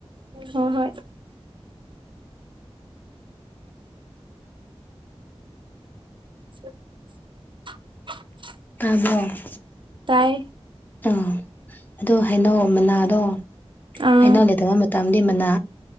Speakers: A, on the right; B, on the left.
A: ꯍ ꯍꯣꯏ <inaudible>
B: <unintelligible>
A: ꯇꯥꯏ
B: ꯑꯥ ꯑꯗꯣ ꯍꯥꯏꯅꯧ ꯃꯅꯥꯗꯣ
A: ꯑꯥ
B: ꯑꯩꯅꯧ ꯂꯩꯇꯉꯩ ꯃꯇꯝꯗꯤ ꯃꯅꯥ